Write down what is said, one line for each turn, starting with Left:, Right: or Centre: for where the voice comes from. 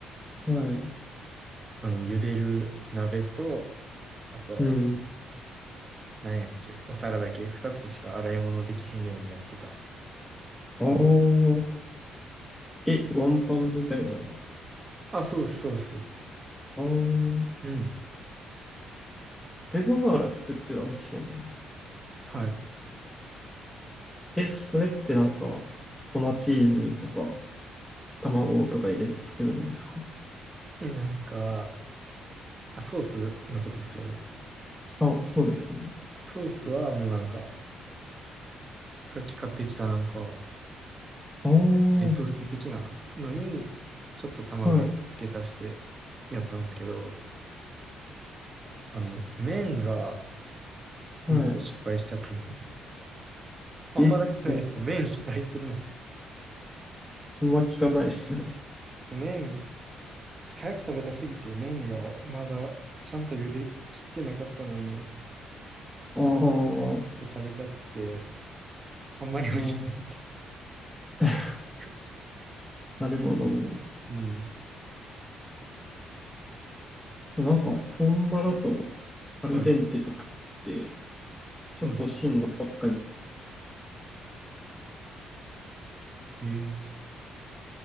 Centre: はい。
Right: あの、茹でる鍋と、あと、
Centre: うん。
Right: なんやっけ、お皿だけ、二つしか洗い物できへんようにやってた。
Centre: ああ、え、ワンパンみたいな。
Right: あ、ソース、ソース。
Centre: あー、
Right: うん。
Centre: カルボナーラ作ってたんですよね。
Right: はい。
Centre: え、それってなんか、粉チーズとか、卵とか入れて作るんですか
Right: え、なんか、あ、ソースのことっすよね。
Centre: あ、そうです、そうです。
Right: ソースはもうなんか、さっき買ってきたなんか、
Centre: ああ、は
Right: レトルト的なのに、ちょっと卵付け足してやったんですけど、
Centre: い、
Right: あの、麺が
Centre: はい。
Right: めっちゃ失敗しちゃって。<laughs> あんまなくないですか麺失敗するの。
Centre: え、言っ
Right: ちょっ
Centre: あんま聞かないっすね。
Right: と麺、早く食べたすぎて麺がまだちゃんと茹で切ってなかったのに、
Centre: ああ、は
Right: 食べちゃって、あんまり美味しくなかった。
Centre: い。<laughs>
Right: <laughs>
Centre: なるほど。
Right: うん。
Centre: なんか、本場だと、アルデンテとかって、
Right: はい。
Centre: ちょっと芯残った
Right: はい。へえ。